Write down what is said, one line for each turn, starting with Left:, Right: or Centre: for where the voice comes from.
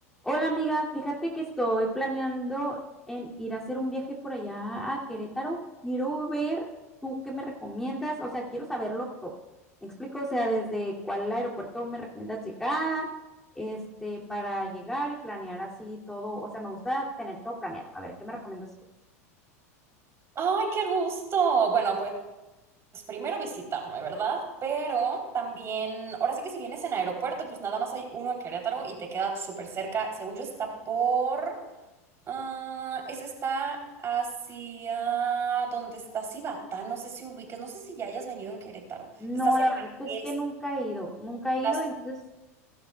Centre: Hola amiga, fíjate que estoy planeando en ir a hacer un viaje por allá a Querétaro. Quiero ver tú qué me recomiendas, o sea, quiero saberlo todo. Me explico, o sea, desde cuál aeropuerto me recomiendas llegar, este, para llegar y planear así todo. O sea, me gusta tener todo planeado. A ver, ¿qué me recomiendas tú?
Right: ¡Ay, qué gusto! Bueno, pues primero visitarme, ¿verdad? Pero también, ahora sí que si vienes en aeropuerto, pues nada más hay uno en Querétaro y te queda súper cerca. Según yo, está por... ah, ese está hacia donde está Cibatá, no sé si ubiques, no sé si ya hayas venido en Querétaro.
Centre: No,
Right: Está hacia
Centre: la
Right: el
Centre: verdad,
Right: Marqués,
Centre: pues que nunca he ido, nunca he
Right: las...
Centre: ido, entonces